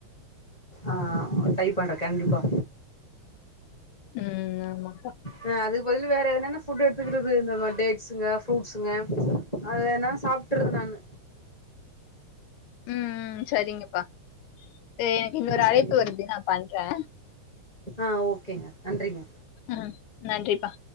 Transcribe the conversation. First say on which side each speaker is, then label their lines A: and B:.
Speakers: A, on the left; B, on the left.
A: ஆ டை பண்றே கண்டிப்பா
B: ம் ஆமா
A: அஹ் அதுக்கு பதில வேற எதுனன்ன ஃபுட்டு எடுத்துக்கிறது இந்தமா டேட்ஸுங்க ஃப்ரூட்ஸுங்க அது ஏனா சாப்ட்டுறது நானு
B: ம் ம் செரிங்கப்பா எ எனக்கு இன்னொரு அழைப்பு
A: சரி
B: வருது நா பண்றே
A: ஆ ஓகேங்க நன்றிங்க
B: ம் நன்றிப்பா